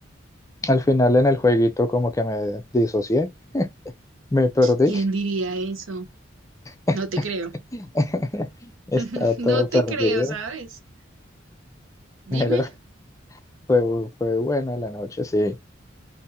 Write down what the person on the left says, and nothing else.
al final en el jueguito como que me disocié, me perdí.
<laughs>
Estaba
todo perdido,
pero
<laughs> Fue, fue buena la noche, sí.